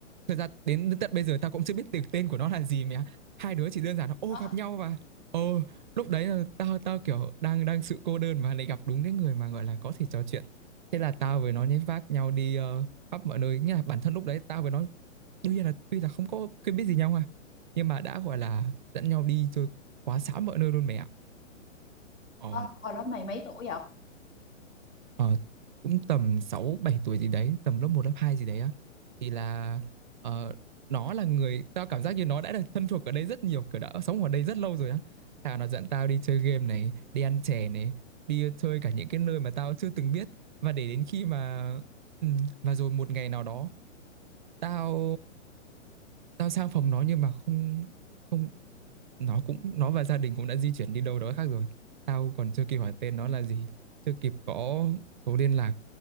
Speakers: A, on the right (about 40°); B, on the left (about 80°).
A: thật ra đến tận bây giờ tao cũng chưa biết được tên của nó là gì mày ạ. Hai đứa chỉ đơn giản là ô
B: Ờ,
A: gặp nhau và ô lúc đấy là tao tao kiểu đang đang sự cô đơn mà lại gặp đúng cái người mà gọi là có thể trò chuyện thế là tao với nó nhét vác nhau đi ờ, khắp mọi nơi nghĩa là bản thân lúc đấy tao với nó đương nhiên là tuy là không có quen biết gì nhau ha nhưng mà đã gọi là dẫn nhau đi chơi quá xá mọi nơi luôn mẹ ạ ờ,
B: ờ, hồi đó mày mấy tuổi vậy
A: ờ, cũng tầm 6 7 tuổi gì đấy tầm lớp một lớp 2 gì đấy á thì là ờ, nó là người tao cảm giác như nó đã được thân thuộc ở đây rất nhiều kiểu đã sống ở đây rất lâu rồi á thà nó dẫn tao đi chơi game này đi ăn chè này đi chơi cả những cái nơi mà tao chưa từng biết và để đến khi mà ừ, và rồi một ngày nào đó tao tao sang phòng nó nhưng mà không không nó cũng nó và gia đình cũng đã di chuyển đi đâu đó khác rồi tao còn chưa kịp hỏi tên nó là gì chưa kịp có số liên lạc